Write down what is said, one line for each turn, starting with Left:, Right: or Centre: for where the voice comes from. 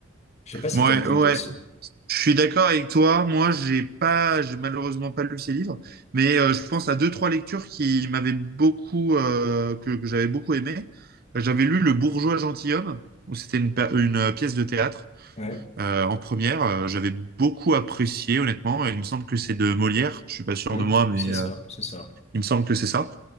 Left: Je sais pas si
Right: ouais
Left: t'aimes bien
Right: ouais
Left: toi aussi.
Right: Je suis d'accord avec toi. Moi, j'ai pas, j'ai malheureusement pas lu ces livres, mais euh, je pense à deux, trois lectures qui m'avaient beaucoup, euh, que, que j'avais beaucoup aimé. J'avais lu Le Bourgeois gentilhomme, où c'était une, pa- une, euh, pièce de théâtre
Left: Ouais,
Right: euh, en première. Euh, j'avais beaucoup apprécié, honnêtement. Il me semble que c'est de Molière. Je suis pas sûr
Left: Hmm,
Right: de moi, mais
Left: c'est
Right: euh,
Left: ça, c'est ça.
Right: il me semble que c'est ça.